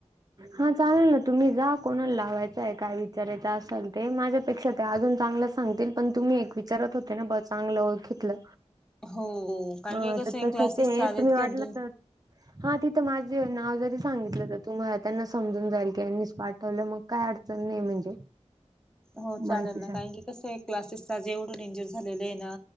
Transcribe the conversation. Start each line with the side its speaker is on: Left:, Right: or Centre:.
Right: हा चालेल ना तुम्ही जा कोणाला लावायचाय काय विचारायच असल ते माझ्य पेक्षा ते अजून चांगलं सांगतील पण तुम्ही एक विचारत होते ना ब चांगलं ओळखितलं.
Centre: हो. कारण
Right: अ
Centre: की कसं
Right: त तस
Centre: क्लासेस
Right: ते
Centre: चालेत
Right: तुम्ही वाटलं
Centre: का
Right: तर हा तिथं माझे नाव जरी सांगितलं तर तु त्यांना समजून जाईल की यांनीच पाठवलं मग काय अडचण नाय म्हणजे
Centre: हो
Right: माहितीसाठी
Centre: चालेल ना कारण की कसं आहे क्लासेस एवढं डेंजर झालेलं आहे ना